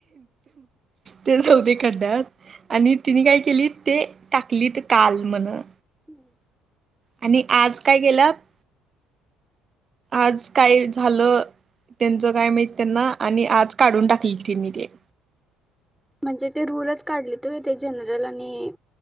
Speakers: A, on the right (about 35°); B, in the centre.
A: ते जाऊदे खड्डयात आणि तिनी काय केलीत ते टाकलीत काल म्हणं.
B: हम्म.
A: आणि आज काय केल्यात आज काय झालं त्याचं काय माहित त्यांना आणि आज काढून टाकलीत त्यांनी ते.
B: म्हणजे ते रूलच काढलीत होय ते जनरल आणि